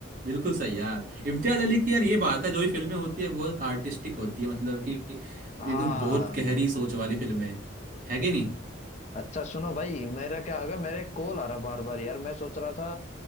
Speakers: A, on the right; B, on the left.
A: बिल्कुल सही यार इम्तियाज अली की यार ये बात है जो भी फिल्में होती है बहुत आर्टिस्टिक होती है मतलब कि एकदम
B: हाँ
A: बहुत गहरी सोच वाली फिल्में है कि नहीं
B: अच्छा सुनो भाई मेरा क्या होगा मेरे कॉल आ रहा बार बार यार मैं सोच रहा था